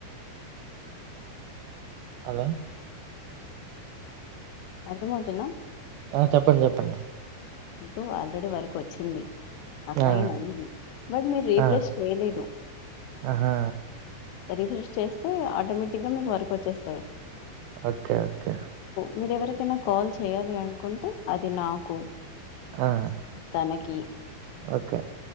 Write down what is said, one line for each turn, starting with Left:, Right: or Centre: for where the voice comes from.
Right: హలో
Left: అర్థమవుతుందా
Right: ఆ చెప్పండి చెప్పండి
Left: మీకు ఆల్రెడీ వర్క్ వచ్చింది అసైన్
Right: ఆ
Left: అయింది బట్ మీరు రీఫ్రెష్
Right: ఆ
Left: చేయలేదు
Right: ఆహా
Left: రీఫ్రెష్ చేస్తే ఆటోమేటిక్ గా మీకు వర్క్ వచ్చేస్తది
Right: ఓకే అక్కయ్య
Left: మీర ఎవరికైనా కాల్ చేయాలి అనుకుంటే అది నాకు
Right: ఆ
Left: తనకి
Right: ఓకే